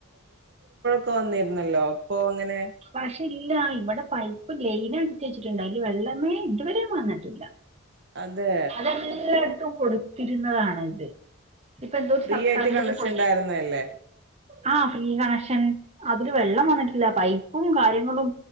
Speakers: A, on the right; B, on the right.
A: അപ്പൊ വന്നിരുന്നല്ലോ ഇപ്പൊ എങ്ങനെ?
B: പക്ഷെ ഇല്ല, ഇവിടെ പൈപ്പ് ലൈൻ എടുത്ത് വെച്ചിട്ടുണ്ട്. അതില് വെള്ളമേ ഇതുവരെ വന്നിട്ടില്ല
A: അതെ
B: അതെല്ലായിടത്തും കൊടുത്തിരുന്നതാണിത് ഇപ്പ എന്തോ
A: ഫ്രീ
B: സർക്കാരിന്റെത്
A: ആയിട്ട് കണക്ഷൻ
B: കൊടു
A: ഉണ്ടായിരുന്നല്ലേ
B: ആ ഫീ കണക്ഷൻ അതില് വെള്ളം വന്നിട്ടില്ല പൈപ്പ് ഉം കാര്യങ്ങളും